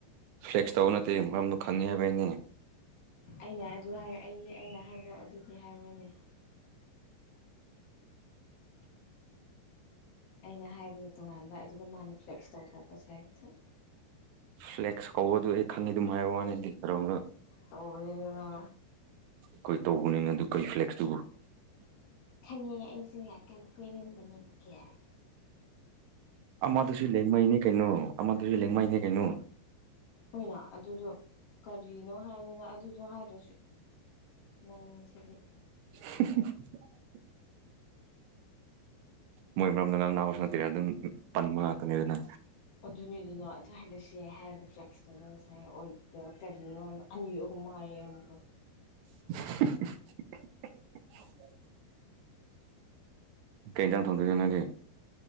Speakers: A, on the right (about 80°); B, on the left (about 65°).
A: ꯇꯦꯛꯁ ꯇꯧꯕ ꯅꯠꯇꯦ ꯃꯔꯝꯗꫭ ꯈꯪꯑꯦ ꯍꯥꯏꯕꯒꯤꯅꯤ꯫
B: ꯑꯩꯅ ꯑꯗꯨ ꯍꯥꯏ ꯑꯩ ꯑꯩꯅ ꯍꯥꯏꯕꯗꯣ ꯑꯗꯨꯒꯤ ꯍꯥꯏꯕ꯭ꯔꯅꯦ꯫ ꯑꯩꯅ ꯍꯥꯏꯕꯅ ꯇꯣꯉꯥꯟꯕ ꯑꯗꯨꯒ ꯃꯥꯅ ꯐ꯭ꯂꯦꯛꯁ ꯇꯧꯊꯣꯛꯄꯁꯥꯏ ꯊꯠ꯫
A: ꯐ꯭ꯂꯦꯛꯁ ꯀꯧꯕꯗꯨ ꯑꯩ ꯈꯪꯉꯤ ꯑꯗꯨꯝ ꯍꯥꯏꯕ ꯋꯥꯅꯤꯗꯤ ꯀꯔꯣꯡꯂꫭ꯫
B: ꯇꯧꯕꯅꯤꯅ ꯅꯥ꯫
A: ꯑꯩꯈꯣꯏ ꯇꯧꯕꯅꯤꯅ ꯑꯗꯨ ꯀꯩꯐ꯭ꯂꯦꯛꯁ ꯇꯨꯕꯨ꯫
B: ꯈꯪꯉꯦ ꯑꯩꯁꯨ ꯉꯥꯛꯀ ꯀꯣꯏꯔꯝꯕꯅꯦ ꯒꯥꯏꯅ꯫
A: ꯑꯃꯗꯨꯁꯨ ꯂꯦꯡꯃꯩꯅꯦ ꯀꯩꯅꯣ ꯑꯃꯗꯨꯁꯨ ꯂꯦꯡꯃꯩꯅꯦ ꯀꯩꯅꯣ꯫
B: ꯑꫭꯏꯅꯥ ꯑꯗꯨꯗꯣ ꯀꯔꯤꯅꯣ ꯍꯥꯏꯅꯤꯅ ꯑꯗꯨꯗꯣ ꯍꯥꯏꯗ꯭ꯔꯁꯨ ꯅꯪ ꯁꯤꯗꯤ꯫
A: <unintelligible> ꯃꯣꯏ ꯃꯔꯝꯗ ꯉꯥꯡꯅ ꯅꯍꯧꯕꯁꯨ ꯅꯠꯇꯦ ꯑꯗꯨꯝ ꯄꯟꯕ ꯉꯥꯛꯇꯅꯤꯗꯅ꯫
B: ꯑꯗꯨꯅꯤꯗꯨꯅ ꯑꯗꯨ ꯍꯥꯏꯔꯁꯨ ꯌꯥꯏ ꯍꯥꯏꯔꯒ ꯐ꯭ꯂꯦꯛꯁ ꯇꯧꯕꯒꯁꯥꯥꯏ ꯑꯣꯏꯗꯕ ꯀꯔꯤꯅꯣꯅ ꯑꯅꯤ ꯑꯍꯨꯝ ꯃꯥꯏ ꯑꯃꯨꯛꯀ
A: <unintelligible> ꯀꯩ ꯍꯦꯖꯥꯡ ꯊꫭꯡꯗꫭꯏꯕ ꯅꯪꯗꯤ꯫